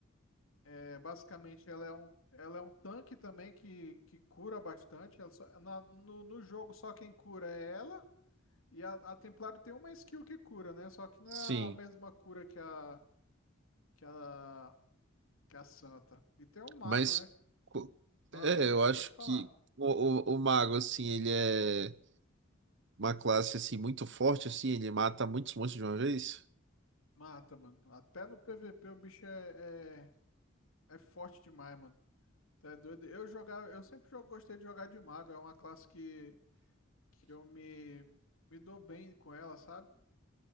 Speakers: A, on the left (about 90°); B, on the right (about 60°).
A: É, basicamente, ela é um, ela é um tanque também que, que cura bastante. Ela só- na- no, no jogo, só quem cura é ela. E a, a Templário tem uma skill que cura, né? Só que não
B: sim.
A: é a mesma cura que a, que a, que a Santa. E tem o Mago,
B: Mas
A: né?
B: co-
A: Ah,
B: é, eu acho
A: pode falar.
B: que o, o, o mago, assim, ele é uma classe, assim, muito forte, assim, ele mata muitos monstros de uma vez.
A: Mata, mano. Até no PVP o bicho é, é, é forte demais, mano. Tá doido? Eu jogar, eu sempre jo- gostei de jogar de mago, é uma classe que, que eu me, me dou bem com ela, sabe?